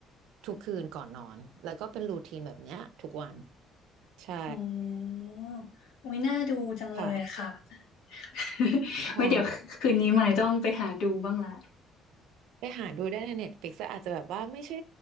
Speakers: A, on the right; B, on the left.
A: ทุกคืนก่อนนอนแล้วก็เป็นรูทีนแบบเนี้ยทุกวันใช่
B: อ๋ออุ้ยน่าดูจังเลยค่ะ
A: ค่ะ
B: <laughs> ไว้เดี๋ยวคืนนี้ใหม่ต้องไปหาดูบ้างละ
A: ว้า ไปหาดูได้ใน Netflix แต่อาจจะแบบว่าไม่ใช่